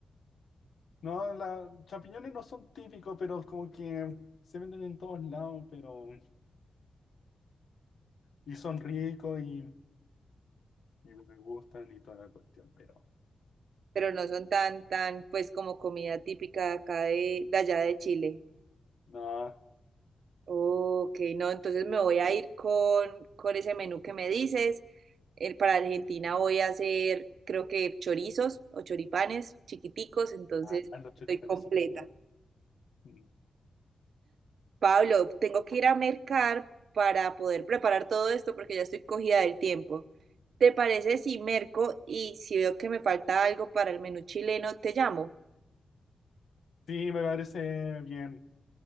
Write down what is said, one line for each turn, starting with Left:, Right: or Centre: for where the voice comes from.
Left: no, la, champiñones no son típicos, pero como que se venden en todos lados, pero... Y son ricos y, y me gustan y toda la cuestión, pero...
Right: pero no son tan, tan, pues como comida típica de acá de, de allá de Chile.
Left: No,
Right: Ok, no, entonces me voy a ir con, con ese menú que me dices. El- para Argentina voy a hacer, creo que chorizos o choripanes chiquiticos, entonces
Left: ah, los choripanes
Right: estoy completa.
Left: son buenos. Mm.
Right: Pablo, tengo que ir a mercar para poder preparar todo esto porque ya estoy cogida del tiempo. ¿Te parece si merco y si veo que me falta algo para el menú chileno, te llamo?
Left: Sí, me parece bien.